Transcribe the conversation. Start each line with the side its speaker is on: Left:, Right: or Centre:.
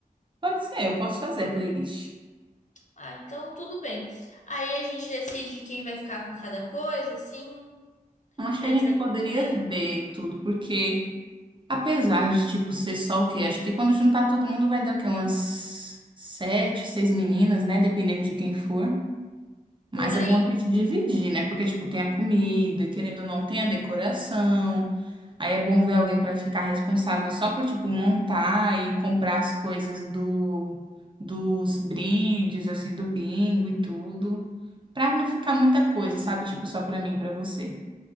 Right: Pode ser, eu posso fazer a playlist.
Left: Ah, então tudo bem. Aí a gente decide quem vai ficar com cada coisa, assim,
Right: Então, acho
Left: pra
Right: que a
Left: gente
Right: gente
Left: organizar
Right: poderia
Left: bem.
Right: ver tudo, porque apesar de, tipo, ser só o quê? Acho que quando juntar todo mundo vai dar o quê? Umas sete, seis meninas, né? Dependendo de quem for. Mas
Left: Por aí.
Right: é bom a gente dividir, né? Porque, tipo, tem a comida, querendo ou não, tem a decoração. Aí é bom ver alguém para ficar responsável só por, tipo, montar e comprar as coisas do, dos brindes, assim, do bingo e tudo. Pra não ficar muita coisa, sabe? Tipo, só pra mim e pra você.